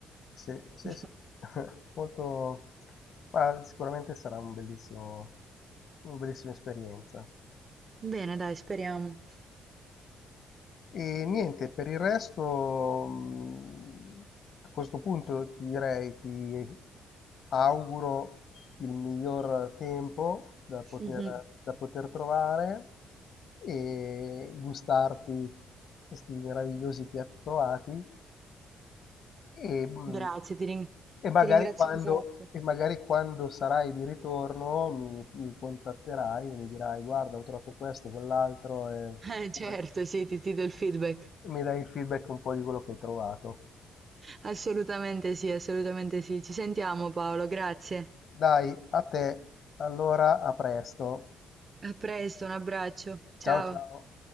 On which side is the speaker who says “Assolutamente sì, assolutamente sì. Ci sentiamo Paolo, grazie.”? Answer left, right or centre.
Right